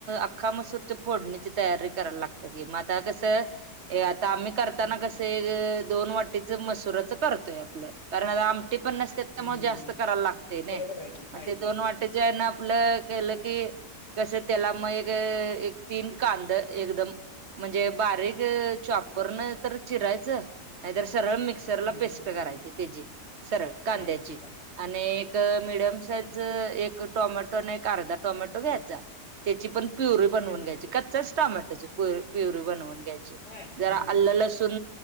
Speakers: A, on the right; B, on the left.
A: अख्खा मसूरची फोडणीची तयारी करायला लागते की, मग आता कसं आता आम्ही करताना
B: हं,
A: कसं
B: हं.
A: एक दोन वाटीचं मसुराचं करतोय आपलं, कारण आता आम हे पण नसते त्यामुळे
B: हं,
A: जास्त
B: हं.
A: करायला लागते नाय,
B: बरोबर आहे की पाहिजे
A: मग ते दोन
B: की
A: वाट त्यानं आपलं केलं की तसं त्याला मग एक तीन कांदा एकदम म्हणजे बारीक चॉपरन तर चिरायचं, नाहीतर सरळ मिक्स सरला
B: हं,
A: पेस्ट करायची
B: हं.
A: त्याची सरळ कांद्याची.
B: हा हा
A: आणि एक मिडियम साईज एक टोमॅटो आणि एक अर्धा टोमॅटो घ्यायचा. त्याची पण प्युरी
B: हं,
A: बनवून
B: हं.
A: घ्यायची, कच्चाच टमॅटोची प्युरी बनवून घ्यायची.
B: होय हा
A: जरा
B: हा
A: अल्ल लसून